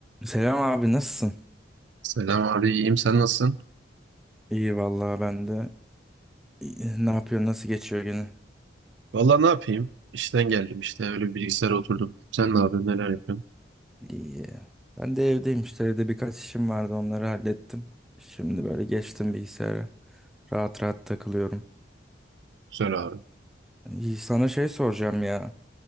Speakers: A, in the centre; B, on the right (about 80°).
A: Selam abi nasılsın?
B: Selam abi, iyiyim. Sen nasılsın?
A: İyi vallahi ben de. İyi, Ne yapıyor nasıl geçiyor günün?
B: Valla ne yapayım? İşten geldim işte. Öyle bir bilgisayara oturdum. Sen ne yapıyorsun? Neler yapıyorsun?
A: İyi. Ben de evdeyim işte evde birkaç işim vardı onları hallettim. Şimdi böyle geçtim bilgisayara. Rahat rahat takılıyorum.
B: Güzel abi.
A: İyi, sana şey soracağım ya.